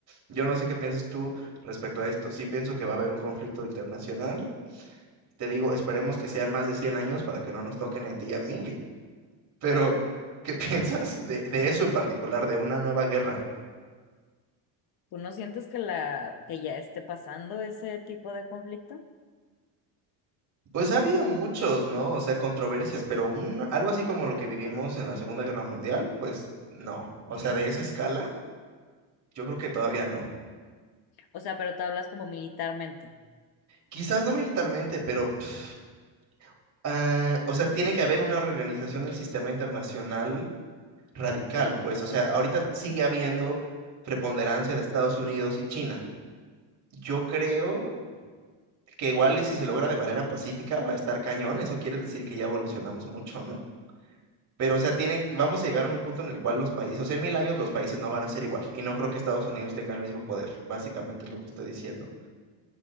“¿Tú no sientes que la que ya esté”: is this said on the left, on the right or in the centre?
Left